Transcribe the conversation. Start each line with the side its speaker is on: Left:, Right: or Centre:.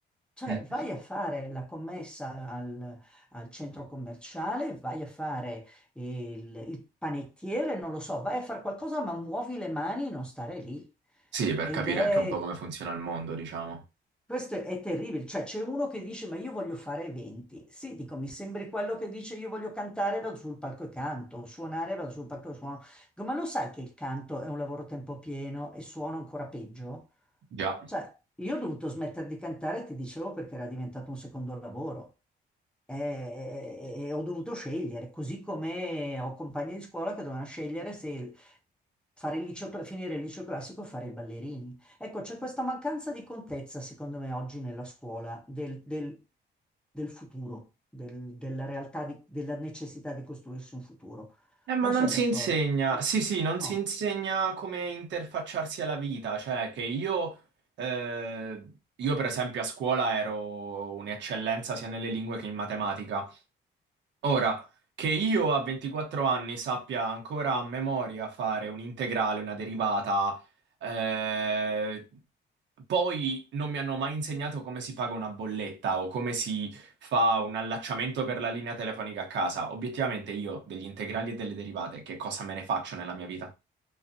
Centre: Cioè,
Right: Mm.
Centre: vai a fare la commessa al, al centro commerciale, vai a fare il, il panettiere, non lo so, vai a fare qualcosa, ma muovi le mani e non stare lì.
Right: Sì, per
Centre: Ed
Right: capire
Centre: è
Right: anche un po' come funziona il mondo, diciamo.
Centre: questo è terribile, cioè c'è uno che dice ma io voglio fare eventi. Sì, dico, mi sembri quello che dice io voglio cantare, vado sul palco e canto, suonare, vado sul palco e suono. Dico, ma lo sai che il canto è un lavoro a tempo pieno e suono ancora peggio?
Right: Già.
Centre: Cioè, io ho dovuto smettere di cantare, ti dicevo, perché era diventato un secondo lavoro. E, e ho dovuto scegliere, così come ho compagni di scuola che dovevano scegliere se fare il liceo, cla- finire il liceo classico o fare i ballerini. Ecco, c'è questa mancanza di contezza, secondo me, oggi nella scuola, del, del- del futuro, del- della realtà, di- della necessità di costruirsi un futuro.
Right: Eh, ma
Centre: Non
Right: non
Centre: sei
Right: si
Centre: d'accordo?
Right: insegna,
Centre: No.
Right: sì, sì, non
Centre: No.
Right: si insegna come interfacciarsi alla vita, cioè che io, eh, io per esempio a scuola ero un'eccellenza sia nelle lingue che in matematica, Ora, che io a 24 anni sappia ancora a memoria fare un'integrale, una derivata, eh, poi non mi hanno mai insegnato come si paga una bolletta o come si fa un allacciamento per la linea telefonica a casa. Obiettivamente io degli integrali e delle derivate, che cosa me ne faccio nella mia vita?